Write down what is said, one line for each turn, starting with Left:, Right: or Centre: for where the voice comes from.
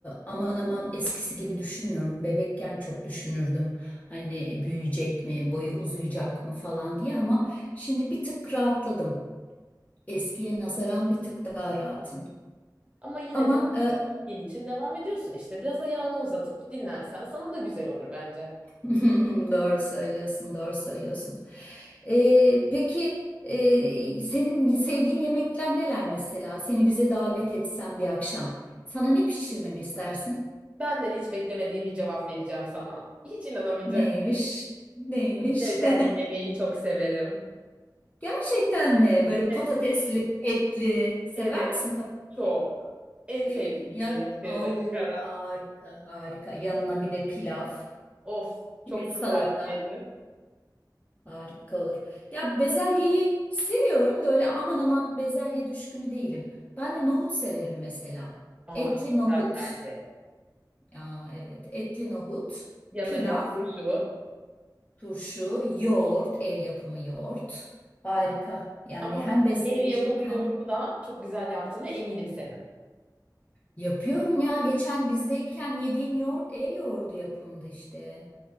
Left: aman aman eskisi gibi düşünmüyorum. Bebekken çok düşünürdüm hani büyüyecek mi boyu uzayacak mı falan diye ama şimdi bir tık rahatladım. Eskiye nazaran bir tık daha rahatım.
Right: Ama yine
Left: Ama e,
Right: Gün için devam ediyorsun işte. Biraz ayağını uzatıp dinlensen sana da güzel olur bence.
Left: <laughs> Doğru söylüyorsun, doğru söylüyorsun. Ee, peki e, senin sevdiğin yemekler neler mesela? Seni bize davet etsem bir akşam. Sana ne pişirmemi istersin?
Right: Benden hiç beklemediğim bir cevap vereceğim sana. Hiç inanamayacaksın.
Left: Neymiş? Neymiş?
Right: Bezelye
Left: <laughs>
Right: yemeği çok severim.
Left: Gerçekten mi? Böyle
Right: Evet.
Left: patatesli, etli. Sever
Right: Evet,
Left: misin patates?
Right: çok. En
Left: <gasps>
Right: sevdiğim
Left: Ya,
Right: yemektir
Left: au
Right: açık ara.
Left: harika, harika. Yanına bir de pilav,
Right: Of, çok
Left: bir de
Right: güzel
Left: salata.
Right: bir menü.
Left: Harika olur. Ya bezelyeyi seviyorum da öyle aman aman bezelye düşkünü değilim. Ben de nohut severim mesela.
Right: Aa,
Left: Etli
Right: çok güzel
Left: nohut.
Right: bir tercih.
Left: Aa, evet, etli nohut,
Right: Yanına
Left: pilav,
Right: biraz turşu.
Left: turşu, yoğurt, ev yapımı yoğurt. Harika. Yani
Right: Ama
Left: hem besleyici
Right: ev yapımı
Left: hem
Right: yoğurdu da çok güzel yaptığını eminim senin.
Left: yapıyorum ya. Geçen bizdeyken yediğin yoğurt ev yoğurdu yapımdı işte.